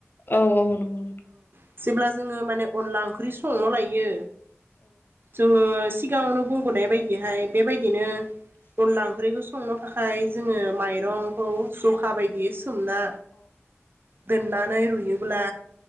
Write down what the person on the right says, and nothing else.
जेब्ला जोङो माने अनला ओंख्रि संनो लायो जोङो सिगाङावनो बुंबोनाय बायदिहाय बेबायदिनो अनला ओंख्रिखौ सं संनो थाखाय जोङो माइरंखौ जखा बायदि सोमना दोननानै रुयोब्ला